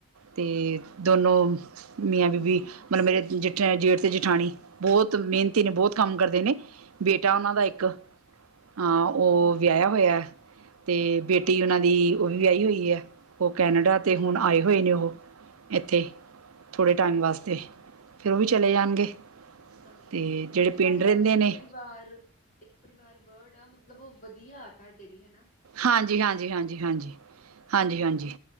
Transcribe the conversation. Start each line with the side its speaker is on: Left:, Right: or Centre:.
Right: ਤੇ ਦੋਨੋਂ ਮੀਆਂ-ਬੀਬੀ ਮਤਲਬ ਮੇਰੇ ਜਿਠੇ ਜੇਠ ਤੇ ਜੇਠਾਣੀ ਬਹੁਤ ਮਿਹਨਤੀ ਨੇ ਬਹੁਤ ਕੰਮ ਕਰਦੇ ਨੇ ਬੇਟਾ
Left: ਹਾਂਜੀ
Right: ਉਹਨਾਂ ਦਾ ਇੱਕ ਆ
Left: ਅੱਛਾ
Right: ਉਹ
Left: ਜੀ
Right: ਵਿਆਹਿਆ ਹੋਇਆ ਤੇ ਬੇਟੀ ਉਹਨਾਂ ਦੀ ਉਹ ਵੀ ਵਿਆਹੀ ਹੋਈ ਹੈ। ਉਹ ਕੈਨੇਡਾ
Left: ਅੱਛਾ
Right: ਹੁਣ ਤੇ
Left: ਜੀ
Right: ਆਏ ਹੋਏ ਨੇ ਉਹ ਇੱਥੇ ਥੋੜ੍ਹੇ ਟਾਈਮ
Left: ਅੱਛਾ
Right: ਵਾਸਤੇ। ਤੇ ਉਹ ਵੀ, ਚਲੇ ਜਾਣਗੇ।
Left: ਹਾਂਜੀ-ਹਾਂਜੀ
Right: ਅਤੇ
Left: ਮਤਲਬ
Right: ਜਿਹੜੇ
Left: ਤੁਹਾਡਾ
Right: ਪਿੰਡ ਰਹਿੰਦੇ ਨੇ
Left: ਪਰਿਵਾਰ। ਇੱਕ ਪਰਿਵਾਰ ਵਰਡ ਆ ਮਤਲਬ, ਉਹ ਵਧੀਆ ਤਾਡੇ ਲਈ ਹਨਾ।
Right: ਹਾਂਜੀ-ਹਾਂਜੀ-ਹਾਂਜੀ-ਹਾਂਜੀ-ਹਾਂਜੀ-ਹਾਂਜੀ